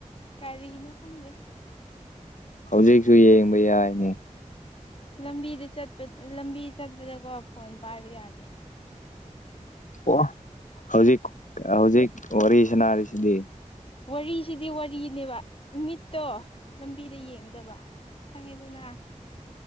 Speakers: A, on the left; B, on the left.
A: ꯀꯔꯤꯅꯣ ꯈꯪꯗꯦ
B: ꯍꯧꯖꯤꯛꯁꯨ ꯌꯦꯡꯕ ꯌꯥꯏꯅꯤ
A: ꯂꯝꯕꯤꯗ ꯆꯠꯄ ꯂꯝꯕꯤ ꯆꯠꯄꯗꯀꯣ ꯐꯣꯟ ꯄꯥꯏꯕ ꯌꯥꯗꯦ
B: ꯑꯣ ꯍꯧꯖꯤꯛ ꯍꯧꯖꯤꯛ ꯋꯥꯔꯤ ꯁꯅꯥꯔꯤꯁꯤꯗꯤ
A: ꯋꯥꯔꯤꯁꯤꯗꯤ ꯋꯥꯔꯤꯅꯦꯕ ꯃꯤꯠꯇꯣ ꯂꯝꯕꯤꯗ ꯌꯦꯡꯒꯗꯕ ꯈꯪꯉꯦꯗꯅ